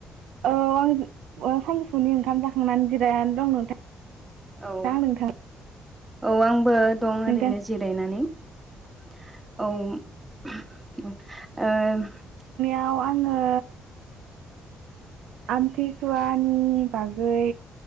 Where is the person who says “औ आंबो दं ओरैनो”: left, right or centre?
Right